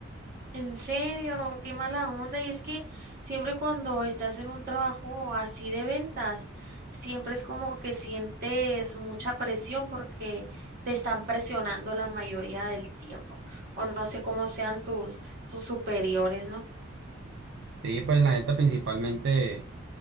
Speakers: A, on the right; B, on the right.
A: En serio, qué mala onda. Y es que siempre cuando estás en un trabajo así de ventas, siempre es como que sientes mucha presión porque te están presionando la mayoría del tiempo. O no sé cómo sean tus, tus superiores, ¿no?
B: Sí, pues la neta principalmente.